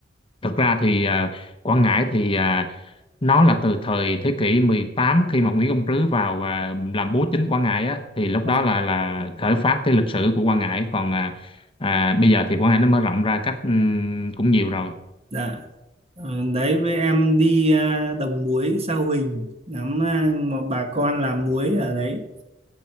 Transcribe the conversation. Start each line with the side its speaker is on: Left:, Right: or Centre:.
Left: thật ra thì à, Quảng Ngãi thì à, nó là từ thời thế kỷ 18 khi mà Nguyễn Công Trứ vào và làm bố chính Quảng Ngãi á thì lúc
Right: Dạ.
Left: đó là là khởi phát cái lịch sử của Quảng Ngãi còn à, à, bây giờ thì Quảng Ngãi nó mở rộng ra cách ừm, cũng nhiều rồi
Right: Dạ, ờ, đấy với em đi à, Đồng Muối Sao Huỳnh ngắm à, mà bà con làm muối ở đấy